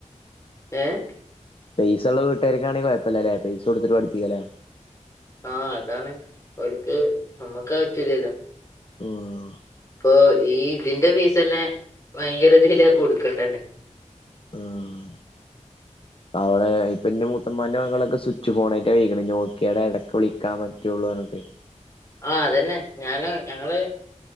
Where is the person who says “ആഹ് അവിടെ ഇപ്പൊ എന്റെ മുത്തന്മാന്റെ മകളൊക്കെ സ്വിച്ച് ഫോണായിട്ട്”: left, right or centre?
Left